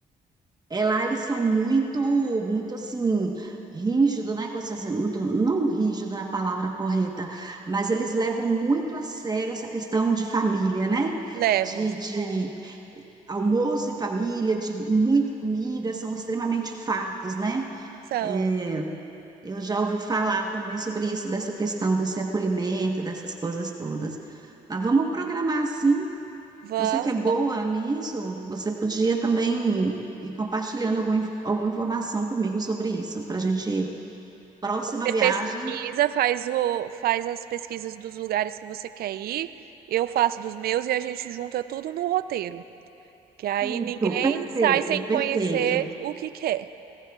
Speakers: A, on the right (about 25°); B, on the right (about 65°).
A: É, lá eles são muito, muito assim, rígido, né? Com essa- assim, muito, não rígido é a palavra correta, mas eles levam muito a sério essa questão de família, né?
B: Levam.
A: De, É. de almoço em família, de muita comida, são extremamente fartos, né?
B: São.
A: É, eu já ouvi falar também sobre isso, dessa questão desse acolhimento, dessas coisas todas. Mas vamos programar assim
B: Vamos.
A: você que é boa nisso, você podia também ir compartilhando algum, inf- alguma informação comigo sobre isso, para a gente. Próxima
B: Você
A: viagem.
B: pesquisa, faz o, faz as pesquisas dos lugares que você quer ir, eu faço dos meus e a gente junta tudo no roteiro. Que aí ninguém
A: Isso, perfeito,
B: sai sem conhecer
A: perfeito,
B: o que quer.